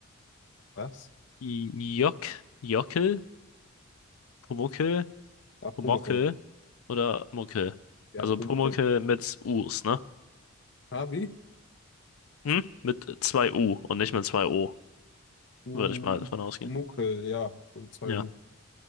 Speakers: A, on the left; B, on the left.
A: was?
B: Jock, Jockel, Pumuckel,
A: Ah, Pumuckel.
B: Pumuckel oder Muckel?
A: Ja,
B: Also
A: Pumuckel.
B: Pumuckel mit Us, ne?
A: Ah, wie?
B: Hm? Mit zwei u und nicht mit zwei o
A: Pumuckel,
B: würde ich mal davon ausgehen.
A: ja. 2
B: Ja,
A: U.